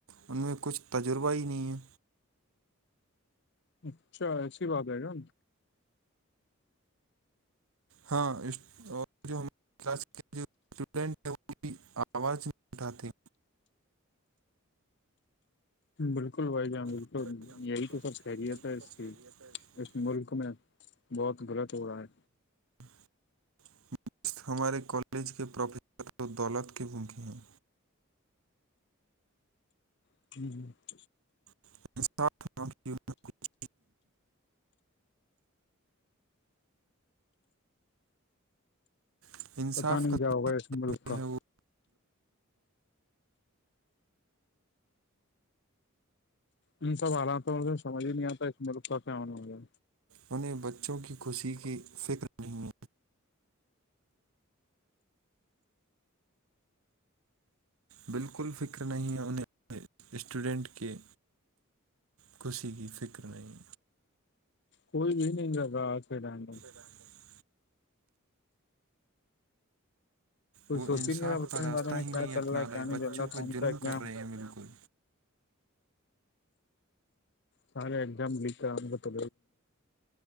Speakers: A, on the right; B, on the left.
A: ان میں کچھ تجربہ ہی نہیں ہے
B: اچھا ایسی بات ہے کیا
A: ہاں اس اور جو ہم کلاس کے جو اسٹوڈنٹ ہیں وہ بھی آواز نہیں اٹھاتے
B: بالکل بھائی جان بالکل
A: اٹھاتے
B: یہی تو سب خیریت ہے اس کی اس ملک میں بہت غلط ہو رہا ہے
A: <unintelligible> ہمارے کالج کے پروفیسر و دولت کے بھوکے ہیں
B: <unintelligible>
A: <unintelligible> ہے۔ انصاف
B: پتا نہیں
A: کرتے
B: کیا ہوگا اس ملک کا
A: ہیں وہ
B: ان سب حالاتو کا سجھ ہی نہیں آتا ہے اس ملک کا کیا ہوگا
A: انہیں بچوں کی خوشی کی فکر نہیں بالکل فکر نہیں ہے انہیں اسٹوڈنٹ کے خوشی کی فکر نہیں
B: کوئی بھی نہیں کر رہا اج کے ٹائم میں
A: <inaudible>
B: کوئی
A: وہ
B: سوچ
A: انصاف
B: ہی نہیں رہا بچوں
A: کا راستہ
B: کے بارے میں
A: ہی نہیں
B: کیا چل
A: اپنا
B: رہا ہے کیا
A: رہے
B: نہیں
A: بچوں
B: چل رہا
A: کو
B: کون
A: ظلم
B: سا ایگزام
A: کر رہے ہیں بالکل
B: سارے ایگزام لیک آے تو